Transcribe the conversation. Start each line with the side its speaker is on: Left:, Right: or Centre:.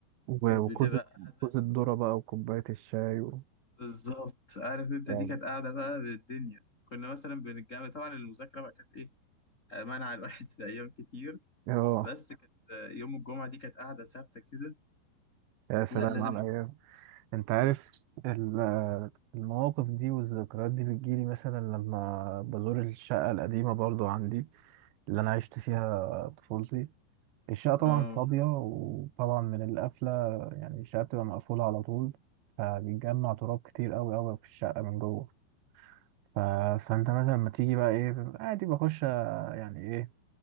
Right: و-
Left: كانت
Right: وكوز
Left: بتبقى قاعدة
Right: كوز الذرة بقى وكوباية الشاي و...
Left: بالظبط عارف انت
Right: يعني.
Left: دي كانت قاعدة بقى بالدنيا كنا مثلا بنتجمع طبعا المذاكرة بقى كانت ايه منع الواحد في أيام كتير
Right: اه
Left: بس كانت يوم الجمعة دي كانت قاعدة ثابتة كده
Right: يا سلام
Left: لا لازم
Right: على
Left: نقعد
Right: الايام انت عارف ال- آه، المواقف دي والذكريات دي بتجيلي مثلا لما بزور الشقة القديمة برضو عندي اللي أنا عشت فيها طفولتي الشقة طبعا
Left: اه
Right: فاضية وطبعا من القفلة يعني الشقة بتبقى مقفولة على طول فبيتجمع تراب كتير أوي أوي في الشقة من جوه ف... فأنت مثلا لما تيجي بقى إيه عادي بخش آه، يعني إيه